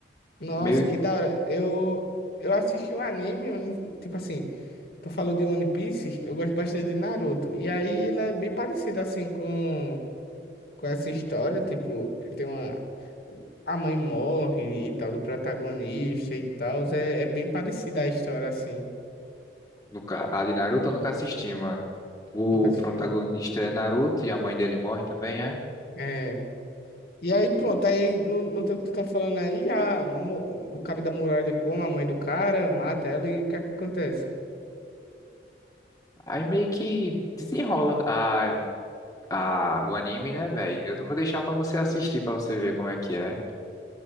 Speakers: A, on the left (about 60°); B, on the left (about 20°).
A: Nossa,
B: Meio
A: que da hora. Eu, eu assisti um anime, eu não- tipo assim, tu falou de One Piece, eu gosto bastante de Naruto. E aí ele é bem parecido, assim, com, com essa história, tipo, ele tem uma... A mãe morre e tal, do protagonista e tal, é, é bem parecida a história, assim.
B: nunca, a de Naruto eu nunca assisti, mano. O
A: Nunca assistiu?
B: protagonista é Naruto e a mãe dele morre também, é?
A: é E aí, pronto, aí no, no teu que tu tá falando aí, a, mo- o cara da muralha come a mãe do cara, mata ela e o que é que acontece?
B: Aí meio que desenrola a Ah, o anime, né, velho? Eu vou deixar pra você assistir, pra você ver como é que é.